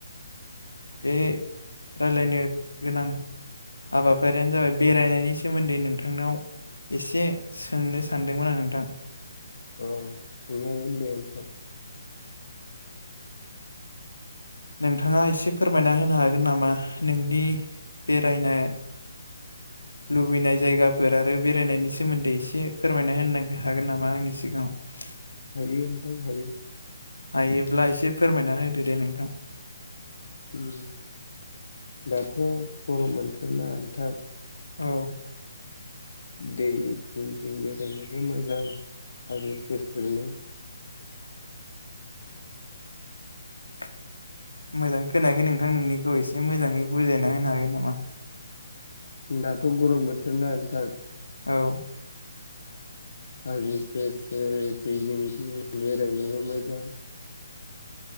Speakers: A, on the left; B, on the left.
A: बे रायलायनो गोनां हाबाफारियानो जाबाय बेरायनायनि सोमोन्दै नोंथांनाव एसे सोंनो सानदोंमोन आं नोंथां
B: अ सोंनो हागोन दे नोंथां
A: नोंथाङा एसे फोरमायना होनो हागोन नामा नोंनि बेरायनाय <inaudible> लुबैनाय जायगाफोर आरो बेरायनायनि सोमोन्दै एसे फोरमायना होननो हागोन नामा आंनि सिगाङाव
B: हायो नोंथां हायो।
A: हायोब्ला एसे फोरमायना होदो दे नोंथां
B: ओम दाथ' गरम बोथोरना ओन्थां
A: औ
B: दै जिं जिं बेरायनोबो मोजां हाजो सेर सेरनो
A: <inaudible> मोजां खोनायाखै नोंथां नोंनिखौ एसे मोजाङै बुजायना होनो हागोन नामा
B: दाथ' गरम बोथोरना नोंथां
A: औ
B: हाजो सेर सेर दै जिं जिं बेरायनोबो मोजां